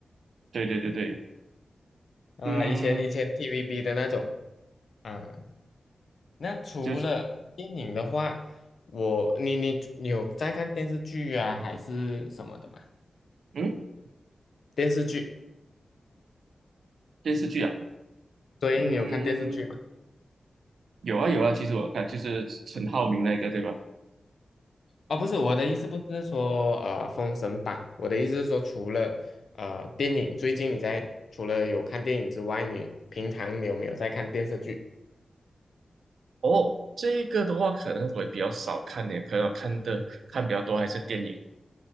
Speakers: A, on the right; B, on the left.
A: 对对对对，
B: 啊，
A: 嗯，
B: 以前以前 TVB 的那种啊。那除了电影的话，
A: 就是
B: 我你你你有在看电视剧啊，还是什么的吗？
A: 嗯
B: 电视剧，
A: 电视剧啊，
B: 所以你有看电视剧吗？
A: 嗯有啊有啊，其实我看就是陈浩民那个对吧？
B: 哦，不是，我的意思不是说呃《封神榜》，我的意思是说，除了呃电影，最近你在除了有看电影之外，你平常你有没有在看电视剧？
A: 哦，这个的话可能会比较少看点，可能我看的看比较多还是电影。